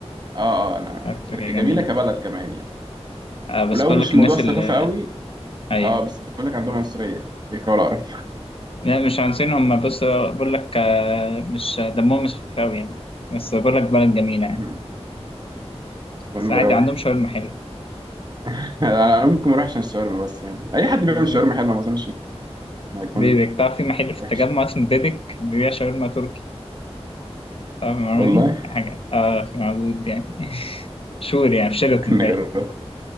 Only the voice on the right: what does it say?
اه اه انا
تر-
جميله كبلد كمان يعني
ولو
مش
موضوع الثقافة
قوي
اه بس بقول لك عندهم عنصرية بيكرهوا العرب
مم. يبقى
نجربها
يعني.
<laughs> انا ممكن ما اروحش عشان الشاورما بس يعني اي حد بيعمل
شاورما حلوة ما اظنش انه هيكون
وحش
والله
<laughs> ممكن نجربها